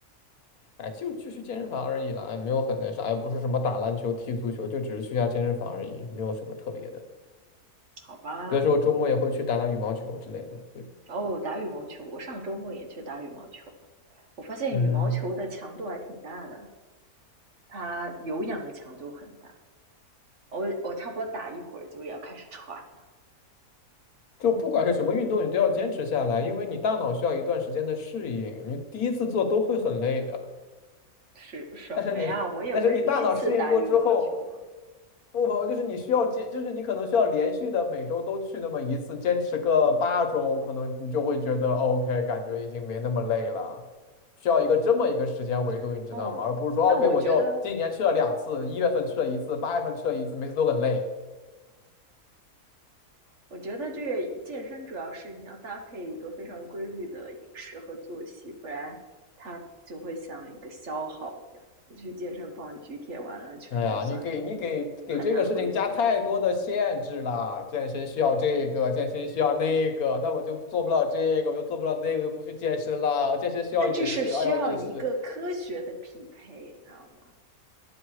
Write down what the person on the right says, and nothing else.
好吧，
哦，打羽毛球，我上周末也去打羽毛球了。我发现羽毛球的强度还挺大的，
它有氧的强度很大。我我差不多打一会儿就要开始喘了，
是什么呀？
我也不是第一次打羽毛球啊。
嗯，
哦，
那我觉得，
我觉得这个健身主要是你要搭配一个非常规律的饮食和作息，不然它就会像一个消耗一样。你去健身房举铁完了，全身酸痛，
很难恢复。
那这是需要一个科学的匹配，
你知道吗？